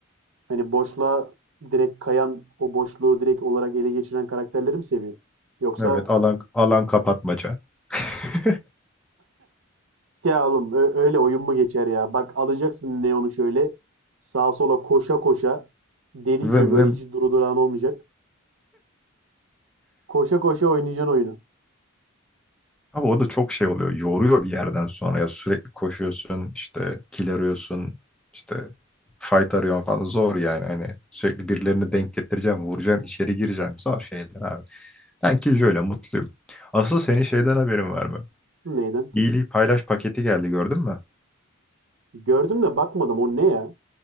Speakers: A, on the right; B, in the centre.
A: hani boşluğa direkt kayan o boşluğu direkt olarak ele geçiren karakterleri mi seviyorsun? Yoksa
B: Evet alan, alan kapatmaca. <laughs>
A: ya oğlum ö- öyle oyun mu geçer ya? Bak alacaksın Neon'u şöyle sağa sola koşa koşa deli
B: Vın
A: gibi böyle
B: vın.
A: hiç duru durağın olmayacak. Koşa koşa oynayacaksın oyunu.
B: Abi o da çok şey oluyor. Yoruyor bir yerden sonra ya sürekli koşuyorsun, işte kill arıyorsun, işte fight arıyorsun falan zor yani hani sürekli birilerini denk getireceksin, vuracaksın, içeri gireceksin. Zor şeyler abi. Ben ki şöyle mutluyum. Asıl senin şeyden haberin var mı?
A: Neyden?
B: İyiliği paylaş paketi geldi gördün mü?
A: Gördüm de bakmadım o ne ya?